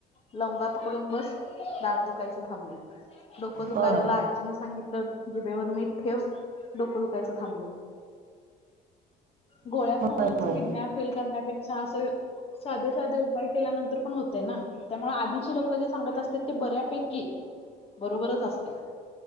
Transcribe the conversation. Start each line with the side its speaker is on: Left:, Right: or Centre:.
Left: लवंगा पकडून बस दाट दुखायची थांबली. डोकं दुखायला
Right: होय
Left: लागलं आजीनं सांगितलं जिबेवर मी ठेव डोकं दुखायचं थांबलं गोळ्या
Right: होय
Left: खाऊनच
Right: होय.
Left: किडनॅप फील करण्या पेक्षा अस साध उपाय केल्यानंतर पण होतय ना त्यामुळे आधीचे लोक जे सांगत असतात ते बऱ्यापैकी. बरोबरच असते.